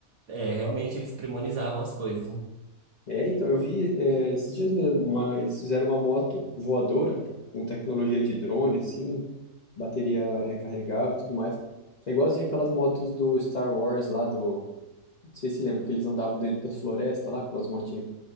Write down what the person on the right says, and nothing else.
é, realmente eles premonizavam as coisas, né?